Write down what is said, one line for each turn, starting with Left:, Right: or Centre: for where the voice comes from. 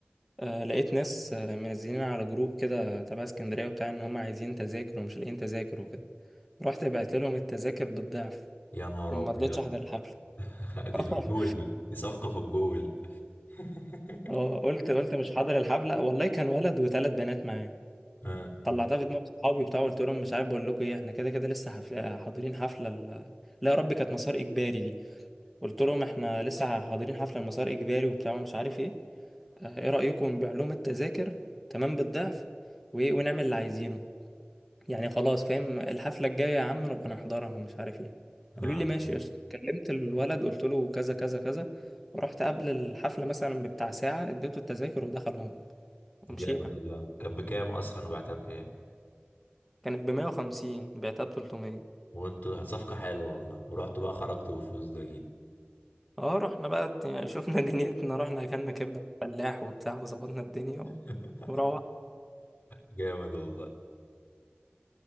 Centre: آه لقيت ناس آه، منزلين على جروب كده تبع اسكندرية وبتاع إن هم عايزين تذاكر ومش لاقيين تذاكر وكده رحت بعت لهم التذاكر بالضعف
Left: يا نهار
Centre: وما
Left: ابيض
Centre: رضيتش أحضر الحفلة
Left: <laughs> دي
Centre: <laughs>
Left: في الجول دي دي صفقة في الجول <laughs>
Centre: اه قلت قلت مش حاضر الحفله والله كان ولد وثلاث بنات معاه
Left: اه
Centre: طلعتها في دماغ صحابي وبتاع قلت لهم مش عارف بقول لكم ايه احنا كده كده لسه حفله حاضرين حفله ال... لا يا ربي كانت مسار اجباري دي قلت لهم احنا لسه حاضرين حفله المسار اجباري وبتاع ومش عارف ايه اه، ايه رايكم نبيع لهم التذاكر تمام بالضعف وايه ونعمل اللي عايزينه يعني خلاص فاهم الحفله الجايه يا عم نبقى نحضرها ومش عارف ايه
Left: اه
Centre: قالوا لي ماشي قشطه كلمت الولد قلت له كذا كذا كذا ورحت قبل الحفله مثلا بتاع ساعه اديته التذاكر ودخل ومشينا
Left: جامد والله كانت بكام اصلا وبعتها بكام
Centre: كانت بمية وخمسين بعتها بتلتمية
Left: وانتوا صفقة حلوة والله ورحتوا بقى خرجتوا بالفلوس ده اكيد
Centre: اه رحنا بقى يعني شفنا <laughs> دنيتنا رحنا اكلنا كبدة فلاح وبتاع وظبطنا الدنيا و...
Left: <laughs>
Centre: وروح
Left: جامد والله